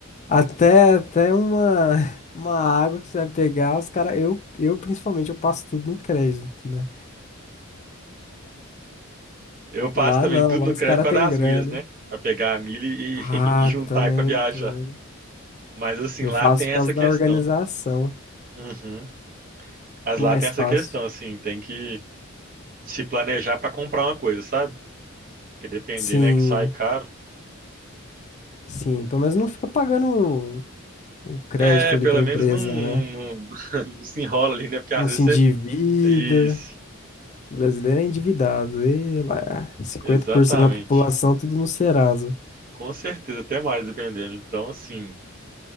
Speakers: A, on the left; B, on the right.
A: Até, até uma, <laughs> uma água que você vai pegar, os caras. Eu, eu principalmente, eu passo tudo no crédito, né?
B: Eu passo
A: Lá
B: também
A: não,
B: tudo
A: lá
B: no
A: os
B: crédito
A: caras
B: por
A: têm
B: causa
A: grana.
B: das milhas, né? Pra pegar a milha e,
A: Ah,
B: <laughs> e juntar
A: também,
B: pra viajar.
A: também.
B: Mas assim,
A: Eu
B: lá
A: faço
B: tem
A: por
B: essa
A: causa
B: questão.
A: da organização.
B: Uhum. Mas
A: É
B: lá
A: mais
B: tem essa
A: fácil.
B: questão, assim, tem que se planejar pra comprar uma coisa, sabe? Porque depender
A: Sim,
B: né que sai caro.
A: sim. Pelo menos não fica pagando o, o crédito
B: É,
A: ali
B: pelo
A: pra empresa,
B: menos não, não-
A: né?
B: não- <laughs> não se enrola ali, né? Porque às
A: Não
B: vezes
A: se endivida.
B: Isso,
A: O brasileiro é endividado. E lá, cinquenta
B: exatamente.
A: por cento da população, tudo no Serasa.
B: Com certeza, até mais, dependendo. Então, assim,